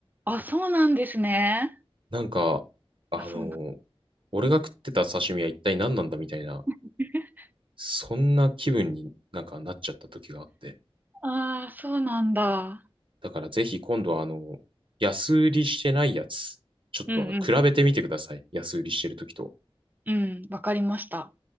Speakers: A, on the right; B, on the right.
A: あ、そうなんですね。
B: なんか、あの、
A: あ、そうなん。
B: 俺が食ってた刺身は一体何なんだみたいな、
A: <laughs>
B: そんな気分になんかなっちゃった時があって。
A: ああ、そうなんだ。
B: だからぜひ今度はあの、安売りしてないやつ、ちょっとあの、
A: うん、うん。
B: 比べてみてください。安売りしてる時と。
A: うん、わかりました。